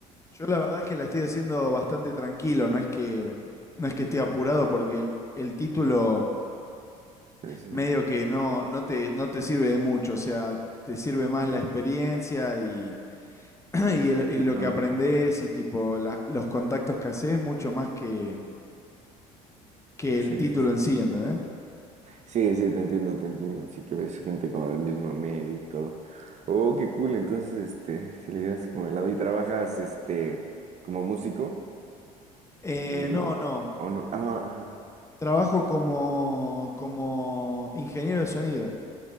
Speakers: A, on the left; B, on the right.
A: Yo la verdad que la estoy haciendo bastante tranquilo, no es que, no es que esté apurado porque el, el título
B: Sí, sí.
A: medio que no, no te, no te sirve de mucho, o sea, te sirve más la experiencia y, <clears throat> y, el- y
B: Sí,
A: lo
B: claro.
A: que aprendés
B: Ajá.
A: y tipo la- los contactos que haces mucho más que, que el
B: Sí,
A: título
B: sí, sí.
A: en sí, ¿entendés?
B: Sí, sí, te entiendo, te entiendo. Sí que ves gente como del mismo medio y todo. Oh, qué cool. Entonces, este, si le llevas como de lado y trabajas, este, como músico
A: Eh,
B: también,
A: no, no,
B: ¿o no? Ah, ajá.
A: trabajo como, como ingeniero de sonido.